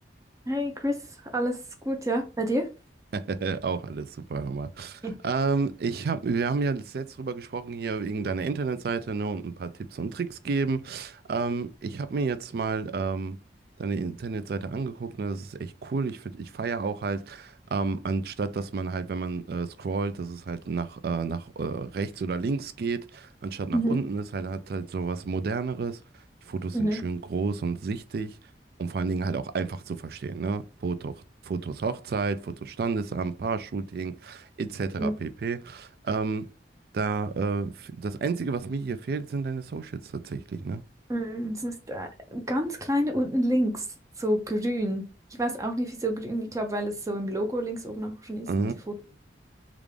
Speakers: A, on the right; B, on the right.
A: Hey Chris, alles gut, ja? Bei dir?
B: <laughs> Auch alles super, Hammer.
A: Ja.
B: Ähm, ich hab, wir haben ja letzt drüber gesprochen, hier wegen deiner Internetseite, ne, und ein paar Tipps und Tricks geben. Ähm, ich habe mir jetzt mal ähm, deine Internetseite angeguckt, ne, das ist echt cool. Ich finde, ich feiere auch halt, ähm, anstatt dass man halt, wenn man äh, scrollt, dass es halt nach, äh, nach äh, rechts oder links geht, anstatt nach
A: Mhm.
B: unten ist, halt hat halt so was Moderneres. Die Fotos
A: Mhm.
B: sind schön groß und sichtig. Und vor allen Dingen halt auch einfach zu verstehen, ne? Foto, Fotos Hochzeit, Fotos Standesamt, Paar-Shooting, etc.
A: Mhm.
B: pp. Ähm, da, äh, das Einzige, was mir hier fehlt, sind deine Socials tatsächlich, ne?
A: Mm, Es ist äh, ganz kleine unten links, so grün. Ich weiß auch nicht, wieso grün. Ich glaube, weil es so im Logo links oben auch schon ist
B: Ah,
A: und die Fotos.